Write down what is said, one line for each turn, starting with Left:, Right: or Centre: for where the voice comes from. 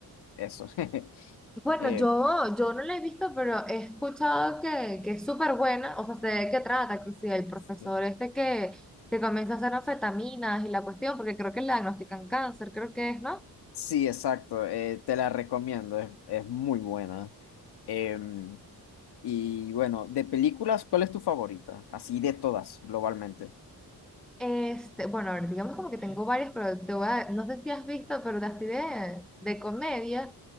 Left: eso. <laughs>
Centre: Bueno,
Left: Eh,
Centre: yo, yo no la he visto, pero he escuchado que, que es súper buena, o sea, sé de qué trata, que si el profesor
Left: sí.
Centre: este que, que comienza a hacer anfetaminas y la cuestión, porque creo que le diagnostican cáncer, creo que es, ¿no?
Left: Sí, exacto. eh, te la recomiendo. Es, es muy buena. Em, y bueno, de películas, ¿cuál es tu favorita? Así de todas, globalmente.
Centre: Este, bueno, a ver, digamos como que tengo varias, pero te voy a, no sé si has visto, pero de así de, de comedia,